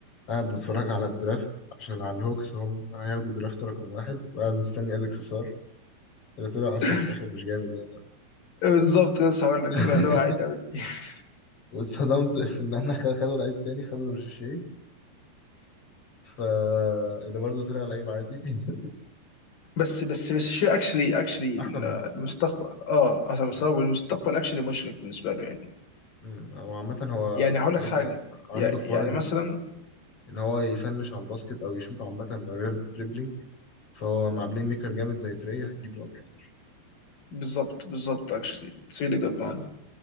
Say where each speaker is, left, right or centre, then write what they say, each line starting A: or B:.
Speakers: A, on the left; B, on the left.
A: قاعد بتفرج على الدرافت عشان على الهوكس هم هياخدوا الدرافت رقم واحد وقاعد مستني أليكس سار اللي طلع أصلا
B: <laughs>
A: في الآخر مش جامد يعني
B: بالظبط بس هقول لك
A: <laughs>
B: طلع اللي هو عادي قوي <laughs>
A: واتصدمت في إن احنا خ- خدوا لعيب تاني خدوا رشاشيه فاللي برضه طلع لعيب عادي <laughs>
B: بس بس بس شيء اكشلي اكشلي
A: أحسن من سار
B: المستقبل
A: أحسن
B: اه اصلا المستقبل
A: آه.
B: المستقبل اكشلي مشرق بالنسبه له يعني
A: أمم، هو عامة هو
B: يعني هقول
A: لعيب
B: لك حاجه
A: يعني عنده
B: يع-
A: حوار
B: يعني مثلا
A: ان هو يفنش على الباسكت او يشوط عامه من غير دريبلينج فهو مع بلاي ميكر جامد زي تري هيجيب نقط كتير
B: بالظبط بالظبط اكشلي اتس ريلي جود مان